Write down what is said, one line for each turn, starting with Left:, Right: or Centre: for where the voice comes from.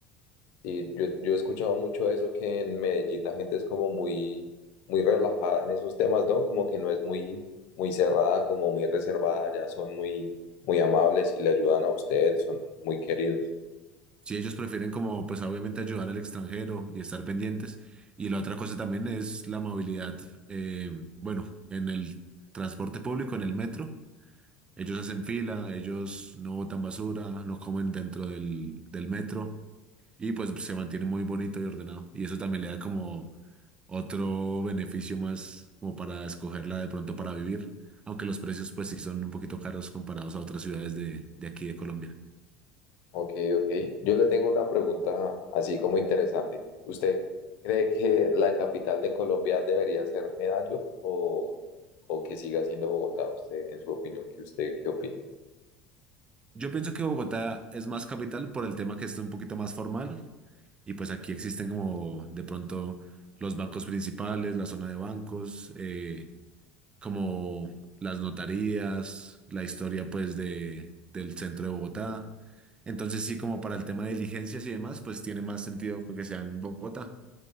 Left: Sí, yo, yo he escuchado mucho eso que en Medellín la gente es como muy, muy relajada en esos temas, ¿no? Como que no es muy, muy cerrada, como muy reservada, ya son muy, muy amables y le ayudan a usted, son muy queridos.
Right: Si ellos prefieren como, pues obviamente ayudar al extranjero y estar pendientes. Y la otra cosa también es la movilidad, eh, bueno, en el transporte público, en el metro. Ellos hacen fila, ellos no botan basura, no comen dentro del, del metro y pues se mantiene muy bonito y ordenado. Y eso también le da como otro beneficio más como para escogerla de pronto para vivir, aunque los precios pues sí son un poquito caros comparados a otras ciudades de, de aquí de Colombia.
Left: Ok, ok. Yo le tengo una pregunta así como interesante. ¿Usted cree que la capital de Colombia debería ser Medallo o, o que siga siendo Bogotá? Usted, en su opinión, ¿qué usted qué opina?
Right: Yo pienso que Bogotá es más capital por el tema que es un poquito más formal y pues aquí existen como de pronto los bancos principales, la zona de bancos. eh, como las notarías, la historia pues de, del centro de Bogotá. Entonces sí, como para el tema de diligencias y demás, pues tiene más sentido que sea en Bogotá.